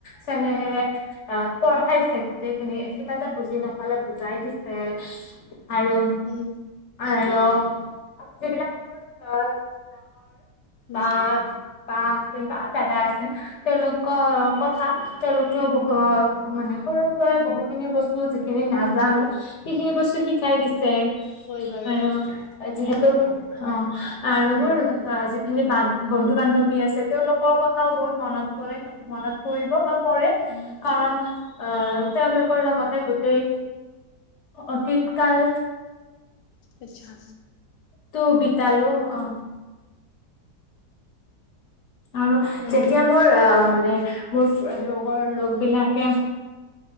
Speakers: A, on the left; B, on the left.
A: চনেহেৰে অ পঢ়াইছে গোটেই খি
B: উম
A: কিবাতে বুজি ন পালে বুজাই দিছ ছে। আৰু আৰু
B: উম
A: আৰু যিবিলাক মোৰ অ ডাঙৰ পা
B: উম
A: পা আছিল বা দাদা আছিল। তেওঁলোকৰ ক থা তেওঁলোকেও
B: উম
A: বহ মানে সৰু <unintelligible> বহুখিনি বস্তু যি খিনি নাজানোঁ,
B: অ
A: সেইখিনি বস্তু শিকাই দিছে
B: হয় বাৰু
A: আৰু যিহেতু অ আৰু
B: উম
A: মোৰ আ যি খিনি বান বন্ধু-বান্ধৱী আছে, তেওঁলোকৰ কথাও বহুত মনত পৰে। মনত পৰিব বা পৰে,
B: উম
A: কাৰণ অ
B: উম
A: তেওঁলোকৰ লগত গোটেই অতীত কাল
B: আচ্ছা!
A: তো বিতালোঁ। অ আৰু যেতিয়া
B: হা
A: মোৰ অ মানে মোৰ ফ্ৰ লগৰ লগ বিলাকে